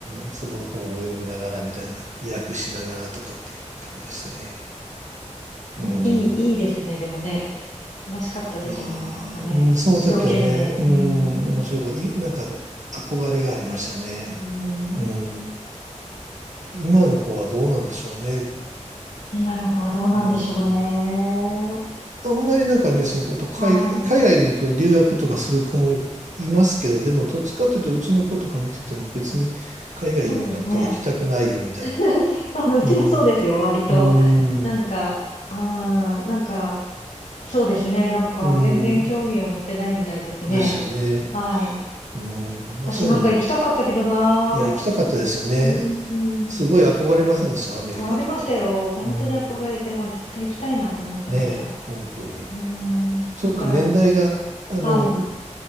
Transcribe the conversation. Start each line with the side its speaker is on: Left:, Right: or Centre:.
Right: ん、その本を読みながらみたいな、訳しながらとかっていう感じでしたね。うん、
Left: いい、いいですね。でもね。楽しかったでしょうね。
Right: ま
Left: なんかね。
Right: あ、うん、その時はね、
Left: 一生懸命。
Right: うん、
Left: うん。
Right: 面白かった。いなんかね憧れがありましたね。
Left: うん。
Right: うん、今の子はどうなんでしょうね。
Left: 今の子はどうなんでしょうね。
Right: あーあんまりなんかね、その、やっぱ海、
Left: はい。
Right: 海外にその留学とかする子もいますけど、でもどっちかというと、うちの子とか見てても別に海外になんか行きたくないよみたいな。
Left: そうですね。<laughs> まあ、うちもそうですよ、
Right: うん、
Left: 割と。
Right: う
Left: なんか、
Right: ん、
Left: ああ、なんか、そうですね。なんか、
Right: うん、
Left: 全然興味を持ってないみたいですね。
Right: ですよね。
Left: はい。
Right: うん、まあそういうのも、
Left: 私なんか行きたかったけどなー。
Right: いや、行きたかったですよね。
Left: うーん。
Right: すごい憧れませんでした、
Left: 憧れましたよ。
Right: アメリカとか。
Left: 本当に憧れて、
Right: うん、
Left: もう絶対行きたいなと思ってました。
Right: ねえ、本当に。
Left: うーん。
Right: ちょっと年代が、
Left: だから、
Right: あの、
Left: はい。